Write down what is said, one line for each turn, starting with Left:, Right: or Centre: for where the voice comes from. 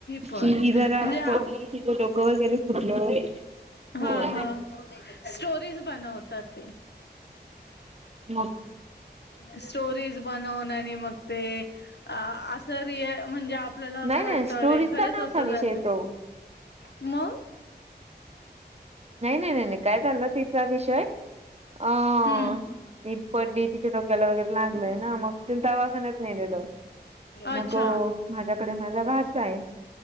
Left: पण
Right: कि
Left: म्हणजे
Right: जरा
Left: आप
Right: पली तिचं डोकं वगैरे फुटलं हो
Left: हा हा स्टोरीज बनवतात ते
Right: मग
Left: स्टोरीज बनवून आणि मग ते असं म्हणजे आपल्याला असं
Right: नाही नाही
Left: वाटत
Right: स्टोरीचा
Left: अरे खरंच
Right: नव्हता
Left: असं
Right: विषय
Left: झालं
Right: तो
Left: मग
Right: नाही नाही नाही नाही काय चालं तिचा विषय अ ह
Left: हम्म
Right: ती पडली तिच्या डोक्याला वगैरे लागलय ना मग तिला दवाखान्यात नेलेलं
Left: अच्छा
Right: मग माझ्याकडे माझा भाचा आहे